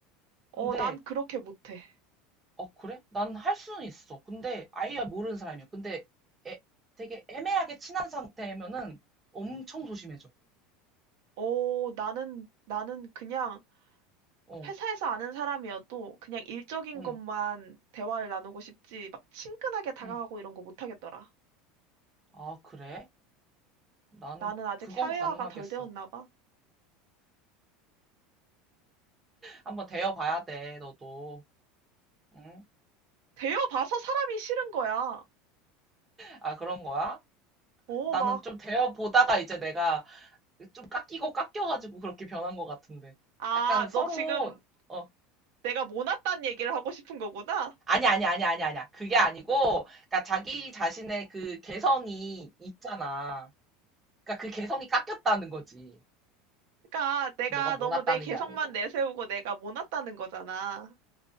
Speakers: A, on the right (about 70°); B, on the right (about 15°).
A: 어,
B: 근데,
A: 난 그렇게 못해.
B: 어, 그래? 난 할 수는 있어. 근데, 아예 모르는 사람이야. 근데, 애- 되게 애매하게 친한 상태면은 엄청 소심해져.
A: 어, 나는, 나는 그냥
B: 어,
A: 회사에서 아는 사람이어도 그냥 일적인
B: 응,
A: 것만 대화를 나누고 싶지, 막 친근하게 다가가고
B: 응.
A: 이런 거 못하겠더라.
B: 아, 그래? 나는
A: 나는 아직
B: 그건
A: 사회화가
B: 가능하겠어.
A: 덜 되었나 봐.
B: 한번 대여봐야 돼, 너도. 응?
A: 되어봐서 사람이 싫은 거야.
B: 아, 그런 거야?
A: 어,
B: 나는
A: 막,
B: 좀 대여보다가 이제 내가 좀 깎이고 깎여가지고 그렇게 변한 것 같은데.
A: 아,
B: 약간 서로,
A: 너 지금
B: 어,
A: 내가 모났단 얘기를 하고 싶은 거구나?
B: 아니, 아니, 아니, 아니, 아니야. 그게 아니고, 그러니까 자기 자신의 그 개성이 있잖아. 그러니까 그 개성이 깎였다는 거지.
A: 그러니까 내가
B: 너가
A: 너무
B: 못났다는
A: 내 개성만
B: 게 아니고.
A: 내세우고 내가 모났다는 거잖아.